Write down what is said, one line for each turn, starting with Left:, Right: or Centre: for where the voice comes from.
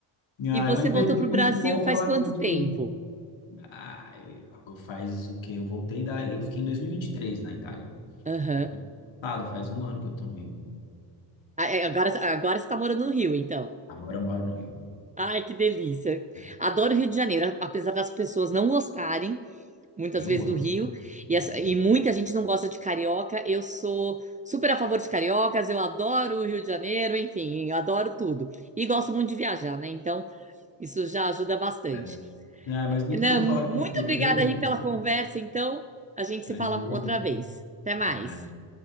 Left: Ai,
Right: E você
Left: mas,
Right: voltou
Left: Mary,
Right: para o
Left: muito
Right: Brasil
Left: bom
Right: faz
Left: falar
Right: quanto
Left: contigo.
Right: tempo?
Left: Ai, eu- faz o quê? Eu voltei da... Eu fiquei em dois mil e e vinte e três na Itália.
Right: Aham.
Left: Então, foi passado, faz um ano que eu tô no Rio.
Right: Ah, é, Agora, agora você está morando no Rio, então.
Left: Agora eu moro no Rio,
Right: Ai, que delícia.
Left: né?
Right: Adoro o Rio de Janeiro, apesar das pessoas não gostarem muitas
Left: Eu
Right: vezes
Left: amo.
Right: do Rio,
Left: isso.
Right: e, as-
Left: amo.
Right: e muita gente não gosta de carioca. Eu sou super a favor de cariocas, eu adoro o Rio de Janeiro, enfim, eu adoro tudo. E gosto muito de viajar, né? Então, isso já ajuda bastante.
Left: É. Ah, mas muito
Right: Renan,
Left: bom
Right: muito
Left: falar contigo,
Right: obrigada
Left: viu, Mary?
Right: aí pela conversa, então. A gente se
Left: Imagina.
Right: fala outra vez. Até
Left: Até
Right: mais.
Left: mais.